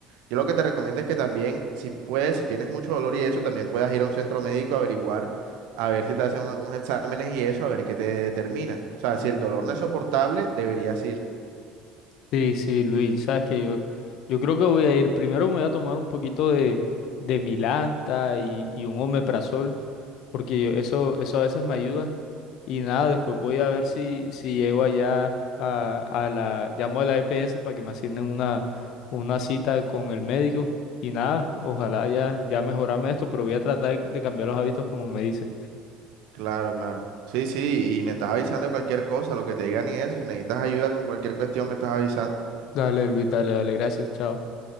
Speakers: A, on the right; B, on the left.
A: yo lo que te recomiendo es que también, si puedes, si tienes mucho dolor y eso, también puedas ir a un centro médico a averiguar, a ver si te hacen algunos exámenes y eso, a ver qué te determinan. O sea, si el dolor no es soportable, deberías ir.
B: Sí, sí, Luis, sabes que yo, yo creo que voy a ir, primero me voy a tomar un poquito de, de Milanta y, y un omeprazol, porque yo- eso, eso a veces me ayuda. Y nada, después voy a ver si, si llego allá a, a la, llamo a la EPS para que me asignen una, una cita con el médico. Y nada, ojalá ya, ya mejorarme esto, pero voy a tratar de cambiar los hábitos como me dice.
A: Claro, claro. Sí, sí, y me estás avisando de cualquier cosa, lo que te digan y eso. Si necesitas ayuda con cualquier cuestión, me estás avisando.
B: Dale, Luis, dale, dale, gracias, chao.